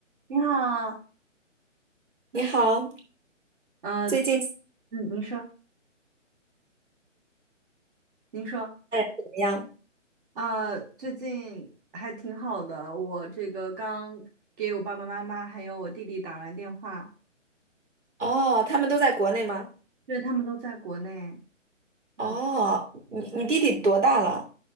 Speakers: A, on the right; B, on the right.
A: 你好，
B: 你好，
A: 呃，
B: 最近家
A: 嗯，您说，您说，
B: 人怎么样？
A: 啊，最近还挺好的，我这个刚给我爸爸妈妈还有我弟弟打完电话，
B: 哦，他们都在国内吗？
A: 因为他们都在国内，嗯，
B: 哦，你你弟弟多大了？